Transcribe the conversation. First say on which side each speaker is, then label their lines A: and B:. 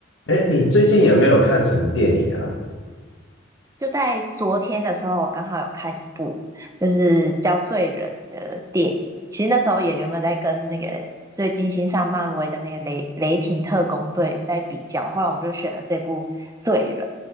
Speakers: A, on the left; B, on the right.
A: 哎，你最近有没有看什么电影啊？
B: 就在昨天的时候，我刚好有看一部就是叫《罪人》的电影。其实那时候也原本在跟那个最近新上漫威的那个雷雷霆特工队在比较，后来我们就选了这部《罪人》。